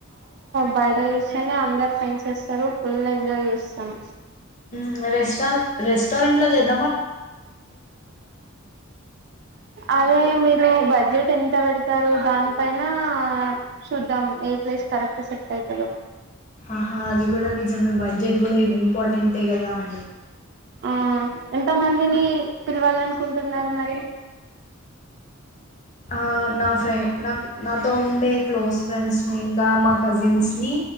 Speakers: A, on the right; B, on the left.
A: బర్డే చేస్తేనే అందరు ఫ్రెండ్స్ అస్తరు, ఫుల్ ఎంజాయ్ జేస్తాం.
B: ఉమ్ రెస్ రెస్టారెంట్ లో చేద్
A: అదే మీ దు బడ్జెట్ ఎంత పెడతారు దాని పైన చూద్దాం, ఏ ప్లేస్ కరెక్ట్ సెట్ అవుతదో
B: ఆహా అది కూడా నిజమే బా. జెట్ కూడా ఇంపార్టెంటే కదా అండి.
A: ఆ ఎంత మందిని పిలవాలనుకుంటున్నారు మరి?
B: ఆ నా ఫ్రె నాకు నాతో ఉండే క్లోజ్ ఫ్రెండ్స్ ని, ఇంకా మా కజిన్స్ ని,